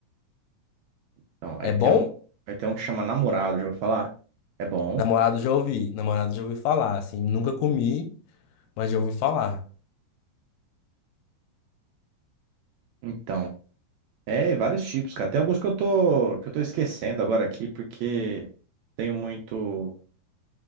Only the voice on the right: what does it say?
Então, aí
tem
um, aí tem um que chama namorado, já vou falar. É bom.
Então, é, vários tipos, cara. Tem alguns que eu tô, que eu tô esquecendo agora aqui, porque tenho muito,